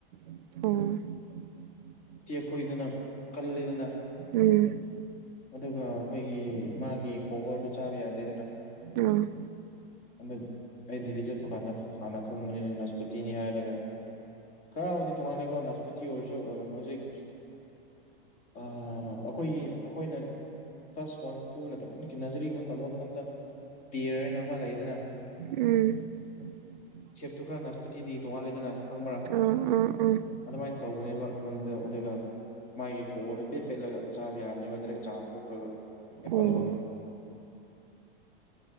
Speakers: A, on the right; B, on the left.
A: ꯑꯣ
B: ꯑꯩꯣꯏꯗꯅ ꯀꯜꯂꯤꯗꯅ
A: ꯎꯝ
B: ꯑꯗꯨꯒ ꯑꯩꯈꯣꯏꯒꯤ ꯃꯥꯒꯤ ꯀꯣꯕꯔꯗꯣ ꯆꯥꯕ ꯌꯥꯗꯦꯗꯅ
A: ꯑꯥ
B: ꯑꯗ ꯑꯩ ꯦꯜꯂꯤ ꯆꯠ ꯆꯠꯄ ꯀꯥꯟꯗ ꯍꯥꯟꯅ ꯈꯪꯕꯅꯤꯅ ꯅꯁꯄꯇꯤꯅꯤ ꯍꯥꯏꯔꯒ ꯈꯔꯕꯨꯗꯤ ꯊꯣꯡꯉꯥꯜꯂꯦꯀꯣ ꯅꯅꯥꯁꯄꯇꯤ ꯑꯣꯏꯔꯁꯨ ꯑꯗꯨ ꯍꯧꯖꯤꯛ ꯑꯩꯈꯣꯏꯒꯤ ꯑꯩꯈꯣꯏꯅ ꯀ꯭ꯂꯥꯁ ꯋꯥꯟ ꯇꯨ ꯅꯠꯇ꯭ꯔ ꯀꯤꯅꯖꯔꯤ ꯃꯇꯝ ꯑꯃ ꯃꯇꯝꯗ ꯄꯦꯔꯅ ꯑꯃ ꯂꯩꯗꯅ
A: ꯎꯝ
B: ꯇꯨ ꯈꯔ ꯅꯁꯄꯇꯤꯗꯤ ꯇꯣꯉꯥꯟ ꯂꯩꯗꯅ ꯈꯪꯕ꯭ꯔꯥ
A: ꯑꯥ ꯑꯥ ꯑꯥ
B: ꯑꯗꯨꯃꯥꯏꯅ ꯇꯧꯕꯅꯦꯕ ꯗ ꯑꯗꯨꯒ ꯃꯥꯒꯤ ꯀꯣꯕꯔꯗꯨꯣ ꯄꯦꯠ ꯄꯦꯠꯂꯒ ꯆꯥꯕ ꯌꯥꯕꯅꯦꯕ ꯑꯗ꯭ꯔꯩ ꯆꯥ ꯑꯃ ꯊꯣꯛꯈ꯭ꯔꯣꯏꯕ ꯑꯦꯄꯥꯜꯒꯝꯅ
A: ꯑꯣ